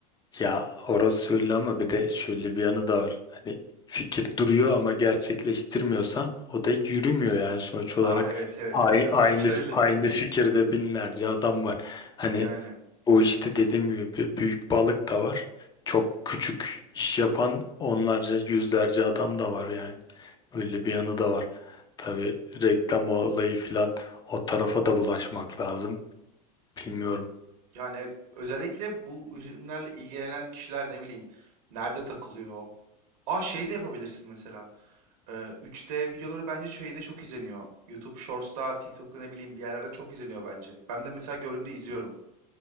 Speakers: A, on the left (about 20°); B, on the right (about 70°).
A: ya orası öyle ama bir de şöyle bir yanı da var. Hani fikir duruyor ama gerçekleştirmiyorsan o da yürümüyor yani sonuç olarak.
B: Aa evet evet
A: Ay-
B: evet orası
A: Aynı
B: öyle.
A: aynı
B: <laughs>
A: fikirde binlerce adam var. Hani
B: Yani
A: O işte dediğim gibi bir büyük balık da var. Çok küçük iş yapan onlarca yüzlerce adam da var yani. Öyle bir yanı da var. Tabii reklam olayı filan o tarafa da bulaşmak lazım. Bilmiyorum.
B: yani evet özellikle bu ürünlerle ilgilenen kişiler ne bileyim nerede takılıyor? Aa şey de yapabilirsin mesela. Ee, 3D videoları bence şeyde çok izleniyor. YouTube Shorts'ta, TikTok'ta ne bileyim bir yerlerde çok izleniyor bence. Ben de mesela gördüğümde izliyorum.